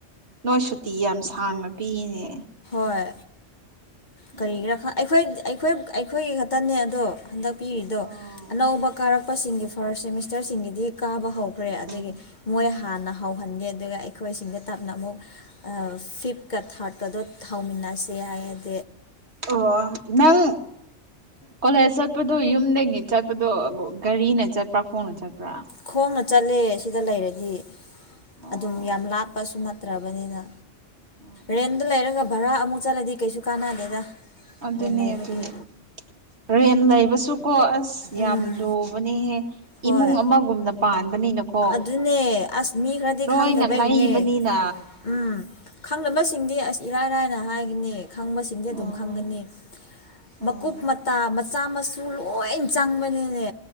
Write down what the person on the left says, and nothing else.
ꯍꯣꯏ
ꯀꯔꯤꯒꯤꯔꯥ ꯑꯩꯈꯣꯏ ꯑꯩꯈꯣꯏ ꯑꯩꯈꯣꯏꯒꯤ ꯈꯛꯇꯅꯦ ꯑꯗꯣ ꯍꯟꯗꯛꯄꯤꯔꯤꯗꯣ
ꯑꯅꯧꯕ ꯀꯥꯔꯛꯄꯁꯤꯡꯒꯤ ꯐꯥꯔꯁ ꯁꯦꯃꯤꯁꯇꯔꯁꯤꯡꯒꯤꯗꯤ ꯀꯥꯕ ꯍꯧꯈ꯭ꯔꯦ
ꯑꯗꯒꯤ ꯃꯣꯏ ꯍꯥꯟꯅ ꯍꯧꯍꯟꯒꯦ ꯑꯗꯨꯒ ꯑꯩꯈꯣꯏꯁꯤꯡꯗ ꯇꯞꯅ ꯑꯃꯨꯛ ꯐꯤꯐꯀ ꯊꯥꯔꯠꯀꯗꯣ ꯍꯃꯤꯟꯅ ꯅꯥꯁꯤꯦ ꯍꯥꯏ
ꯈꯣꯡꯅ ꯆꯠꯂꯦ ꯁꯤꯗ ꯂꯩꯔꯗꯤ
ꯑꯗꯨꯝ ꯌꯥꯝ ꯂꯥꯞꯄꯁꯨ ꯅꯠꯇ꯭ꯔꯕꯅꯤꯅ
ꯔꯦꯟꯗ ꯂꯩꯔꯒ ꯚꯔꯥ ꯑꯃꯨꯛ ꯆꯠꯂꯗꯤ ꯀꯩꯁꯨ ꯀꯥꯟꯅꯗꯦꯗ
ꯔꯦꯟ ꯂꯩꯕꯒꯤ
ꯎꯝ
ꯍꯣꯏ
ꯑꯗꯨꯅꯦ ꯑꯁ ꯃꯤ ꯈꯔꯗꯤ
ꯈꯪꯗꯕꯩꯒꯤꯅꯦ
ꯎꯝ ꯈꯪꯅꯕꯁꯤꯡꯗꯤ ꯑꯁ ꯏꯔꯥꯏꯔꯥꯏꯅ ꯍꯥꯏꯒꯅꯤ ꯈꯪꯕꯁꯤꯡꯗꯤ ꯑꯗꯨꯝ
ꯈꯪꯒꯅꯤ
ꯃꯀꯨꯞ ꯃꯇꯥ ꯃꯆꯥ ꯃꯁꯨ ꯂꯣꯏ ꯆꯪꯕꯅꯤꯅꯦ